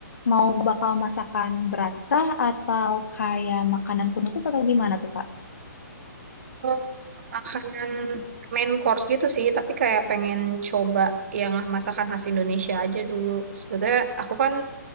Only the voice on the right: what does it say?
Oh, makanan main course gitu sih, tapi kayak pengen coba yang masakan khas Indonesia aja dulu. Sebenarnya aku kan